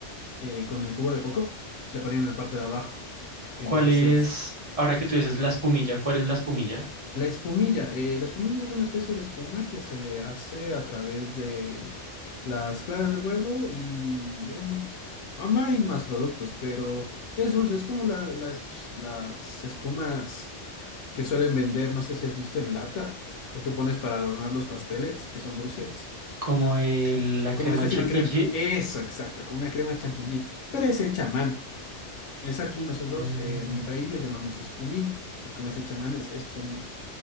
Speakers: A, on the left (about 85°); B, on the right (about 30°).
A: eh, con el jugo de coco, le ponían en la parte de abajo. Entonces,
B: ¿Cuál es, ahora que tú dices la espumilla, cuál es la espumilla?
A: la espumilla, eh, la espumilla es una especie de espuma que se le hace a través de, las claras de huevo y en... am- hay más productos, pero es dulce, es como la- las, las espumas que suelen vender, no sé si has visto en lata, que tú pones para adornar los pasteles, que son dulces,
B: ¿Como el- la
A: como
B: crema
A: una especie
B: chantilly?
A: de crema. Eso, exacto, como una crema chantilly, pero es hecha a mano. Es aquí nosotros,
B: Mm,
A: eh, en mi país, le llamamos espumilla, porque como es hecha a mano, es espumilla.